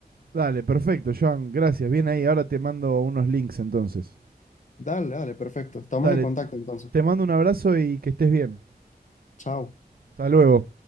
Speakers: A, on the right; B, on the left.
A: Dale, perfecto, Joan, gracias. Bien ahí, ahora te mando unos links entonces.
B: Dale, dale, perfecto. Estamos
A: Dale,
B: en contacto entonces.
A: te mando un abrazo y que estés bien.
B: Chao.
A: Hasta luego.